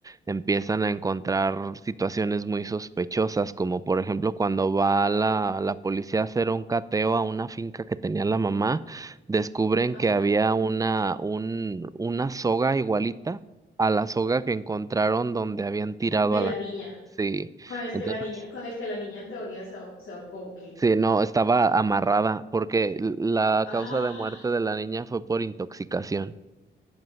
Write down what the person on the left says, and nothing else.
ajá,
de
la
niña,
con el
que la niña, con el que la niña en teoría se, ahor- se ahorcó, ¿o qué?
Ah,